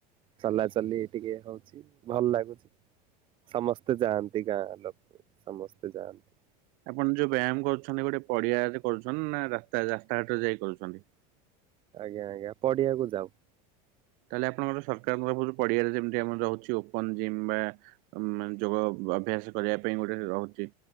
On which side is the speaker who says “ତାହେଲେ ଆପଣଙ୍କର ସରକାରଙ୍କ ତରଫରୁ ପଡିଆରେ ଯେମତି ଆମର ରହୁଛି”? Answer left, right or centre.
Right